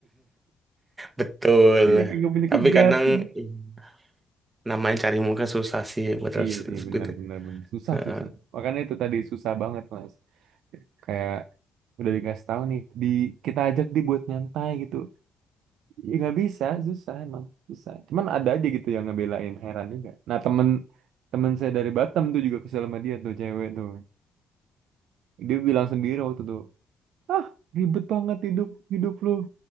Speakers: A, on the right (about 25°); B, on the right (about 80°).
A: Betul.
B: <laughs> iya, kayak nggak punya
A: Tapi
B: kegiatan.
A: kadang mm, namanya cari muka susah sih, betul
B: Iya sih,
A: segitu.
B: benar benar benar. Susah,
A: Heeh.
B: susah. Makanya itu tadi susah banget, Mas. Kayak udah dikasih tahu nih, di kita ajak dia buat nyantai gitu. Ya nggak bisa, susah emang, susah. Cuman ada aja gitu yang ngebelain, heran juga. Nah, temen temen saya dari Batam tuh juga kesel sama dia tuh, cewek tuh. Dia bilang sendiri waktu itu ah ribet banget hidup hidup lu